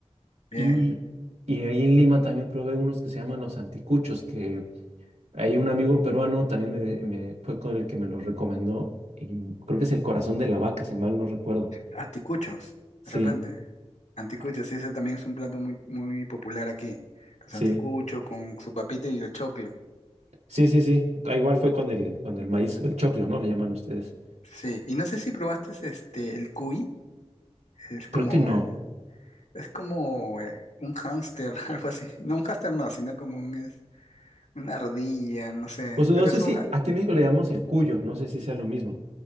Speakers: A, on the left; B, on the right.
A: Bien.
B: Y, y ahí en Lima también probé unos que se llaman los anticuchos, que hay un amigo peruano también me, me- fue con el que me los recomendó. Y creo que es el corazón de la vaca, si mal no recuerdo.
A: Anticuchos,
B: Sí,
A: de repente. Anticuchos,
B: Ah.
A: sí, ese también es un plato muy, muy popular aquí. Los
B: sí,
A: anticuchos con su papita y el choclo.
B: sí, sí, sí. Ah, Igual fue con el, con el maíz, el choclo, ¿no? Le llaman ustedes.
A: Sí, y no sé si probaste este, el cuy. Es como
B: Creo que no.
A: el, es como eh, un hámster, <laughs> algo así. No, un hámster no, sino como un, es, una ardilla, no sé.
B: Pues no
A: Pero
B: sé
A: es un,
B: si aquí en México le llamamos el cuyo, no sé si sea lo mismo.